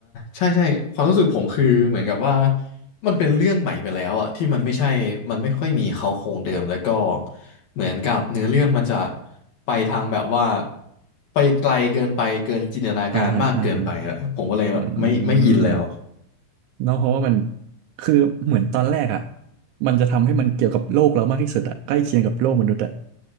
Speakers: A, on the left; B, on the right.
A: ใช่ใช่ความรู้สึกผมคือเหมือนกับว่ามันเป็นเรื่องใหม่ไปแล้วอะที่มันไม่ใช่มันไม่ค่อยมีเขาโครงเดิมแล้วก็เหมือนกับเนื้อเรื่องมันจะไปทางแบบว่าไปไกลเกินไปเกินจินตนาการมากเกินไปอะผมก็เลยแบบไม่ไม่อินแล้ว
B: อ่าฮะอ่าฮะ อืมเนาะเพราะว่ามันคือเหมือนตอนแรกอ่ะมันจะทำให้มันเกี่ยวกับโลกเรามากที่สุดอ่ะใกล้เคียงกับโลกมนุษย์อ่ะ